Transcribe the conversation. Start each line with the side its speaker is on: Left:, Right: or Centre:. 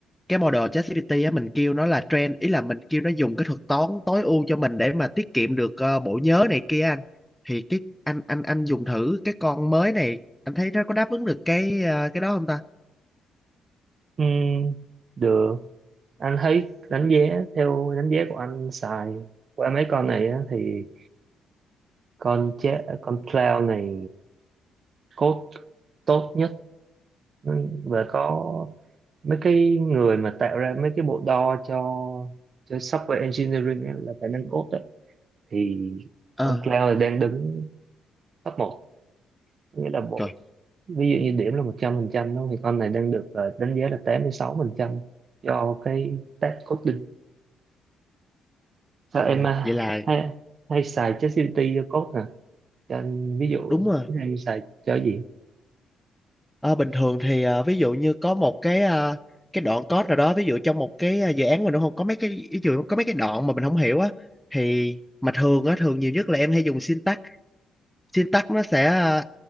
Centre: cái model ChatGPT á mình kêu nó là trend ý là mình kêu nó dùng cái thuật toán tối ưu cho mình để mà tiết kiệm được ờ, bộ nhớ này kia anh thì cái anh anh anh dùng thử cái con mới này anh thấy nó có đáp ứng được cái ờ, cái đó không ta
Right: Ừm, được. Anh thấy đánh giá theo đánh giá của anh xài qua mấy con này á, thì con chat con cloud này code tốt nhất Ừ, và có mấy cái người mà tạo ra mấy cái bộ đo cho cho software engineering á, là khả năng code á, thì
Centre: ờ
Right: con cloud đang đứng top một nghĩa là bộ
Centre: trời
Right: ví dụ như điểm là 100% đúng không? thì con này đang được ờ, đánh giá là 86% do cái test coding sao
Centre: ồ
Right: em à,
Centre: vậy là
Right: hay, hay xài ChatGPT cho code hả cho anh ví dụ
Centre: đúng rồi
Right: thử hay xài cho gì
Centre: Ờ, bình thường thì ờ, ví dụ như có một cái ờ, cái đoạn code nào đó ví dụ trong một cái ờ, dự án mình nó không có mấy cái ví dụ có mấy cái đoạn mà mình không hiểu á thì mà thường á thường nhiều nhất là em hay dùng syntax syntax nó sẽ ờ,